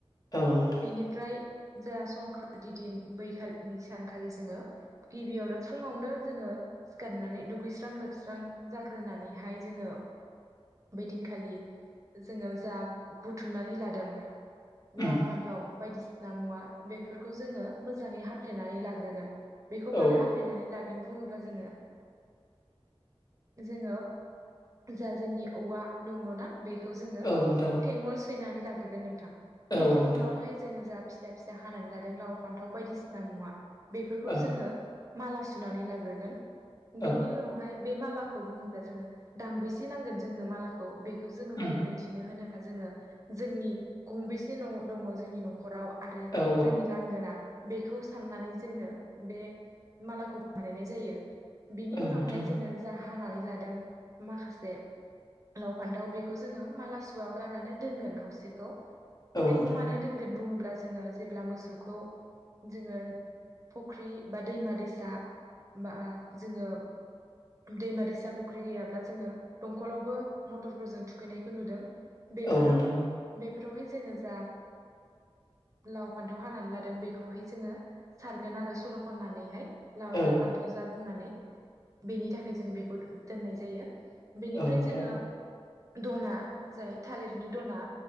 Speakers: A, on the left; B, on the right.
A: औ नोंथां
B: बेनिफ्राय जा संक्रान्ति दिन बैखा सानखालि जोङो गिबियावनो फुङावनो जोङो सिखारनानै दुगैस्रां लोबस्रां जाग्रोनानैहाय जोङो बै दिनखालि जोङो जा बुथुमनानै लादों लाव
A: उम
B: फान्थाव बायदिसिना मुवा बेफोरखौ जोङो मोजाङै हाफ्लेनानै लाग्रोगोन बेखौ मानो
A: औ
B: हाफ्लेनानै लागोन बुङोब्ला जोङो जोङो जा जोंनि औवा दङ ना बेखौ जोङो
A: औ नोंथां
B: थेंगल सैनानै लाग्रोगोन नोंथां
A: औ
B: बे थंगलावहाय
A: नोंथां
B: जोङो जा फिसा फिसा हानानै लादों लाव फान्थाव बायदिसिना मुवा बे खौ
A: औ
B: जोङो माला सुनानै लाग्रोगोन बेनि
A: औ
B: उनावहाय बे मालाखौ बुङोब्ला जोङो दांबैसे नांगोन जोंनो मालाखौ बेखौ जोङो
A: उम
B: बोरै मोनथिनो होनोब्ला जोङो जोंनि गंबेसे न' दङ जोंनि न'खराव आरो
A: औ
B: जोंनि लांगोना बेखौ साननानै जोङो बे मालाखौ बानायनाय जायो बिनि
A: औ
B: उनावहाय
A: नोंथां
B: जोङो जा हानानै लादों माखासे लाव फान्थाव बेखौ जोङो माला सुवा गारानो दोनगोन खावसेखौ
A: औ
B: बेखौ
A: नोंथां
B: मानो दोनगोन बुङोब्ला जोङो जेब्ला मोसौखौ जोङो फुख्रि बा दैमा दैसा बा जोङो दैमा दैसा फुख्रि गैयाब्ला जोङो दंखलावबो मटरफोरजों थुखैनायखौ नुदों बेफोराव
A: औ नोंथां
B: बेफोरावहाय जोङो जा लाव फान्थाव हानानै लादों बेखौहाय जोङो सारगोन आरो सल' खननानैहाय लाव
A: औ
B: जा फान्थाव जा बुंनानै बेनि थाखाय जों बेखौ दोननाय जायो बेनिफ्राय
A: औ नोंथां
B: जोङो दना जाय थालिरनि दना